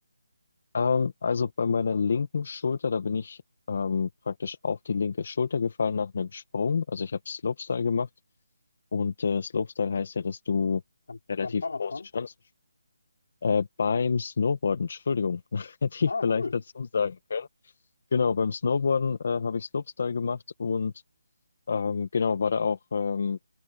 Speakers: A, on the left; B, on the left.
A: Ähm, also bei meiner linken Schulter, da bin ich ähm, praktisch auf die linke Schulter gefallen nach einem Sprung. Also ich habe Slopestyle gemacht und äh, Slopestyle heißt ja, dass du
B: Beim,
A: relativ
B: beim Fahrradfahren?
A: große Chancen Äh, beim Snowboarden, Entschuldigung, <laughs> hätte
B: Ah,
A: ich vielleicht
B: cool.
A: dazu sagen können. Genau, beim Snowboarden äh, habe ich Slopestyle gemacht und ähm, genau, war da auch. Ähm,